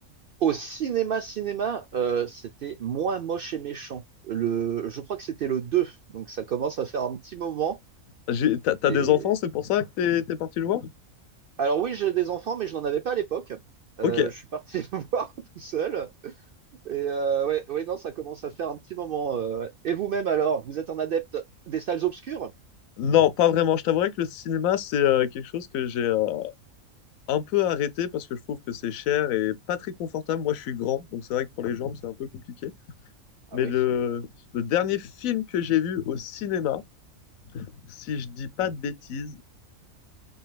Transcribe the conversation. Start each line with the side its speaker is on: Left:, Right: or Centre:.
Right: Au cinéma, cinéma, euh, c'était Moi, moche et méchant. Le, je crois que c'était le 2. donc ça commence à faire un petit moment.
Left: J'ai- T'as, t'as
Right: Et...
Left: des enfants, c'est pour ça que t'es, t'es parti le voir?
Right: Alors oui, j'ai des enfants, mais je n'en avais pas à l'époque. Euh,
Left: Ok.
Right: je suis parti <laughs> le voir tout seul. Et euh, ouais, ouais, non, ça commence à faire un petit moment. euh, ouais. Et vous-même alors, vous êtes un adepte des salles obscures?
Left: Non, pas vraiment. Je t'avouerai que le cinéma, c'est euh, quelque chose que j'ai euh, un peu arrêté parce que je trouve que c'est cher et pas très confortable. Moi, je suis grand, donc c'est vrai que pour les jambes, c'est un peu compliqué.
Right: Ah
Left: Mais
Right: oui,
Left: le, le dernier film que j'ai vu au cinéma, si je dis pas de bêtises,